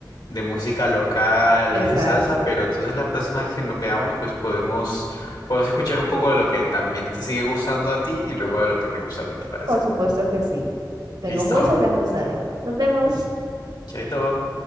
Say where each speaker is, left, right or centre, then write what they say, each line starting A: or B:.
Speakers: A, on the left (about 60°); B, on the right (about 60°).
A: de música local
B: Exacto.
A: y de salsa, pero entonces la próxima vez que nos veamos, pues podemos, podemos escuchar un poco de lo que también te sigue gustando a ti y luego de lo que me gusta a mí, ¿te parece?
B: Por supuesto que sí. Tengo
A: Listo,
B: muchas ganas de saber. Nos vemos.
A: chaito.